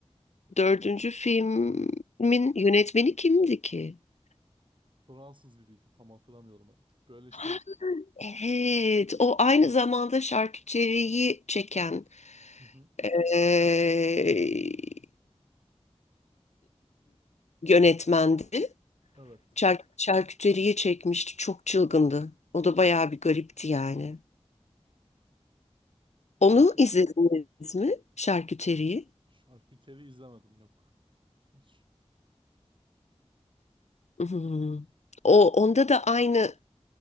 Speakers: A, on the left (about 85°); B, on the right (about 45°).
A: Dördüncü filmin yönetmeni kimdi ki? <gasps>
B: Fransız biriydi. Tam hatırlamıyorum artık. Böyle
A: Ha,
B: şey...
A: Evet, o aynı zamanda şarküteriyi çeken
B: Hı hı.
A: eee, yönetmendi.
B: Evet.
A: Çar- şarküteriyi çekmişti. Çok çılgındı. O da bayağı bir garipti yani. Onu
B: En şu
A: izlediniz mi? Şarküteriyi.
B: şarküteri izlemedim. Yok. Hiç.
A: Hmm. O onda da aynı